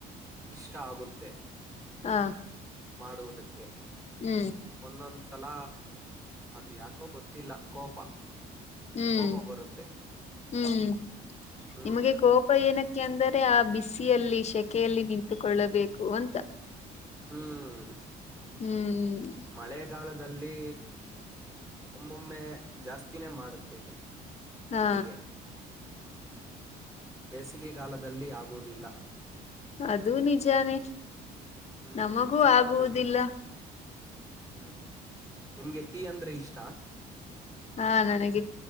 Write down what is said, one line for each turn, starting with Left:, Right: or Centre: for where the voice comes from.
Right: ಇಷ್ಟ ಆಗುತ್ತೆ.
Left: ಹಾ,
Right: ಮಾಡುವುದಕ್ಕೆ
Left: ಹ್ಮ್,
Right: ಒಂದೊಂದ್ ಸಲ ಅದ್ ಯಾಕೋ ಗೊತ್ತಿಲ್ಲ ಕೋಪ
Left: ಹ್ಮ್,
Right: ಕೋಪ ಬರುತ್ತೆ
Left: ಹ್ಮ್
Right: ಹ್ಮ್
Left: ನಿಮಗೆ ಕೋಪ ಏನ ಯಾಕೆಂದರೆ ಆ ಬಿಸಿಯಲ್ಲಿ, ಶೆಕೆಯಲ್ಲಿ ನಿಂತುಕೊಳ್ಳಬೇಕು ಅಂತ.
Right: ಹ್ಮ್,
Left: ಹ್ಮ್,
Right: ಮಳೆಗಾಲದಲ್ಲಿ... ಒಮ್ಮೊಮ್ಮೆ ಜಾಸ್ತಿನೇ ಮಾಡುತ್ತೇನೆ
Left: ಹಾ
Right: ಅಡುಗೆ. ಬೇಸಿಗೆ ಕಾಲದಲ್ಲಿ ಆಗೋದಿಲ್ಲ.
Left: ಅದು ನಿಜಾನೇ
Right: ಹ್ಮ್
Left: ನಮಗೂ
Right: ಸಖತ್
Left: ಆಗುವುದಿಲ್ಲ.
Right: ಕಷ್ಟ ಹ್ಮ್, ನಿಮ್ಗೆ ಟೀ ಅಂದ್ರೆ ಇಷ್ಟ.
Left: ಹಾ, ನನಗೆ